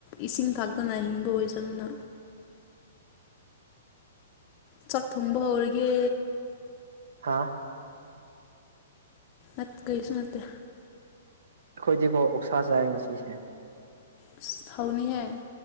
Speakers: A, on the left; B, on the right.
A: ꯏꯁꯤꯡ ꯊꯥꯛꯇꯅ ꯍꯤꯡꯕ ꯑꯣꯏꯁꯅꯨꯅ ꯆꯥꯛ ꯊꯨꯝꯕ ꯍꯧꯔꯒꯦ
B: ꯍꯥꯥ
A: ꯑ ꯀꯩꯁ ꯅꯠꯇꯦ
B: ꯑꯩꯈꯣꯏꯗꯤꯀꯣ ꯑꯣꯛꯁꯥ ꯆꯥꯏ ꯉꯁꯤꯁꯦ
A: ꯑꯁ ꯍꯧꯅꯤꯍꯦ